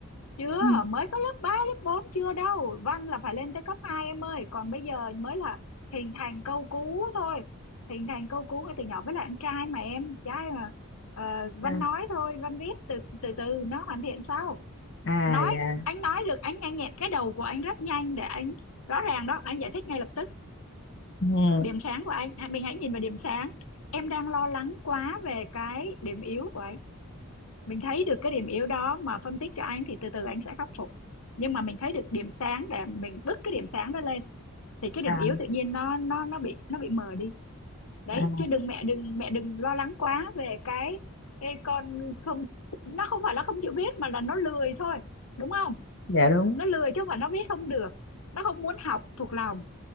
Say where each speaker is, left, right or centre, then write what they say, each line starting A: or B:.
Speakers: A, on the left; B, on the left.
A: chưa
B: Ừ,
A: mới có lớp 3 lớp 4 chưa đâu văn là phải lên tới cấp 2 em ơi còn bây giờ mới là hình thành câu cú thôi hình thành câu cú ngay từ nhỏ với lại anh trai mà em trai mà Ờ, văn
B: dạ.
A: nói thôi văn viết từ từ từ nó hoàn thiện sau
B: à
A: nói
B: dạ
A: anh nói được anh nhanh nhẹn cái đầu của anh rất nhanh để anh rõ ràng đó anh giải thích ngay lập tức
B: ừ.
A: điểm sáng của anh À, mình hãy nhìn vào điểm sáng em đang lo lắng quá về cái điểm yếu của anh mình thấy được cái điểm yếu đó mà phân tích cho anh thì từ từ anh sẽ khắc phục nhưng mà mình thấy được điểm sáng để mình bứt cái điểm sáng đó lên thì cái điểm
B: à,
A: yếu tự nhiên nó nó nó bị nó bị mờ đi đấy
B: à
A: chứ đừng mẹ đừng mẹ đừng lo lắng quá về cái cái con không nó không phải nó không chịu viết mà là nó lười thôi đúng không
B: dạ đúng
A: nó lười chứ không phải nó viết không được nó không muốn học thuộc lòng